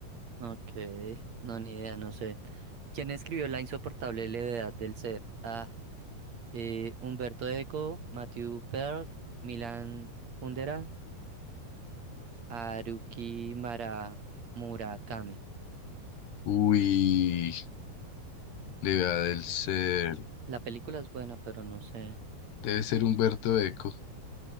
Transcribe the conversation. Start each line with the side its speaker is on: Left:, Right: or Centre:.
Right: Ok, no, ni idea, no sé. ¿Quién escribió La insoportable levedad del ser? Ah, eh, Humberto Eco, Matthew Pearl, Milan Kundera, Haruki Mara Murakami.
Left: Uy, le va del ser.
Right: La película es buena, pero no sé.
Left: Debe ser Humberto Eco.